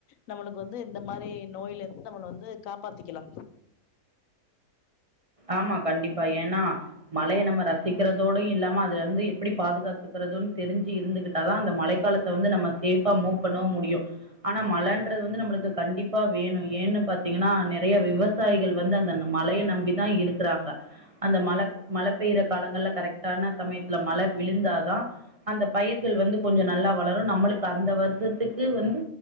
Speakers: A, on the left; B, on the right.
A: நம்மளுக்கு வந்து இந்த மாரி நோய்லருந்து நம்மள வந்து காப்பாதிக்கலா
B: ஆமா கண்டிப்பா ஏனா மழைய நம்ம ரசிக்கிறதோடயு இல்லாம அதுல இருந்து எப்டி பாதுகாத் துக்குறதுனு தெரிஞ்சு இருந்துகிட்டாதா அந்த மழைக்காலத்த வந்து நம்ம சேஃபா மூவ் பண்ணவு முடியு ஆனா மழன்றது வந்து நம்ளுக்கு கண்டிப்பா வேணு ஏன்னு பாத்தீங்கனா நெறைய விவசாயிகள் வந்து அந்தன மழைய நம்பி தா இருக்குறாங்க அந்த மழ மழ பெயிற காலங்கள்ல கரக்டான சமயத்துல மழ விழுந்தாதா அந்த பயிர்கள் வந்து கொஞ்சோ நல்லா வளரு நம்மளுக்கு அந்த வருஷத்துக்கு வந்து